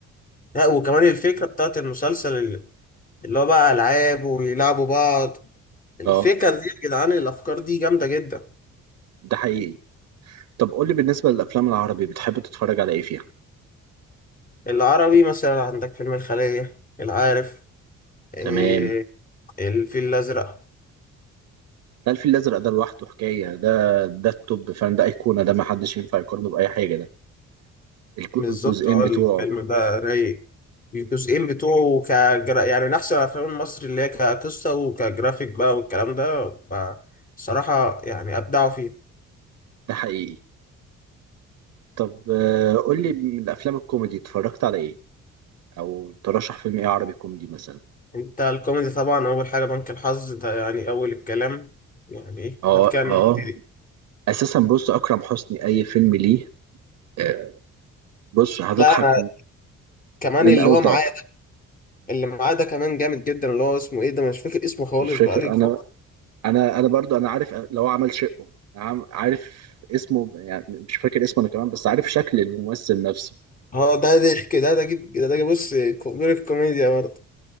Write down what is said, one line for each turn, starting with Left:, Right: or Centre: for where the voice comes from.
Left: لا وكمان الفكره بتاعت المسلسل اللي اللي هو بقى العاب ويلعبوا بعض الفكر
Right: اه
Left: دي يا جدعان الافكار دي جامده جدا
Right: ده حقيقي طب قولي بالنسبة للأفلام العربي بتحب تتفرج على إيه فيها
Left: العربي مثلا عندك فيلم الخلية العارف إيه
Right: تمام
Left: الفيل الأزرق
Right: لا الفيل الأزرق ده لوحده حكاية ده ده التوب فاهم ده أيقونة ده محدش ينفع يقارنه بأي حاجة ده الج-
Left: بالظبط
Right: الجزئين
Left: اه
Right: بتوعه
Left: الفيلم ده رايق الجزئين بتوعه كجرا... يعني من أحسن الأفلام المصري اللي هي كقصة وكجرافيك بقى والكلام ده ب- الصراحة يعني أبدعوا فيه
Right: ده حقيقي طب آه، قولي من الأفلام الكوميدي اتفرجت على إيه أو ترشح فيلم إيه عربي كوميدي مثلا
Left: أنت الكوميدي طبعا أول حاجة بنك الحظ ده يعني أول الكلام يعني إيه
Right: اه
Left: بعد كده نبتدي
Right: اه اساسا بص اكرم حسني اي فيلم ليه آه، بص هتضحك
Left: لا أنا كمان
Right: من
Left: اللي
Right: اول
Left: هو معايا
Right: لقطه
Left: اللي معاه ده كمان جامد جدا اللي هو اسمه إيه ده أنا مش فاكر اسمه خالص
Right: مش فاكر
Left: بقالي
Right: انا
Left: فترة
Right: انا انا برضو انا عارف لو عمل شقه عام- عارف اسمه يعني مش فاكر اسمه انا كمان بس عارف شكل الممثل نفسه
Left: اه ده ضحك ده ده جيب ده ده بص كبير الكوميديا برضه